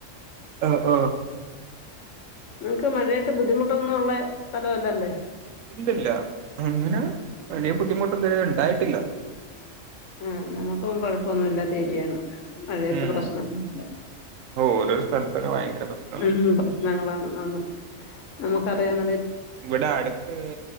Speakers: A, on the right; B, on the left.
A: ആ ആ
B: നിങ്ങക്ക് മഴയത്ത് ബുദ്ധിമുട്ടൊന്നും ഉള്ള സ്ഥലല്ലല്ലെ?
A: ഇല്ലല്ല, അങ്ങനെ വലിയ ബുദ്ധിമുട്ടൊന്നും ഇതുവരെ ഇണ്ടായിട്ടില്ല.
B: ആ നമുക്കും കൊഴപ്പൊന്നുമില്ലാത്ത ഏ രിയാണ്. മഴയത്ത്
A: ഉം
B: പ്രശ്നൊന്നുല്ല.
A: ഓരോരോ സ്ഥലത്തൊക്കെ ഭയങ്കര പ്രശ്നമാണ്
B: ഉം, ഉം പ്രശ്നങ്ങളാണ്. ആന്ന് നമുക്കറിയാം <unintelligible>
A: ഇവിടെ അടുത്ത്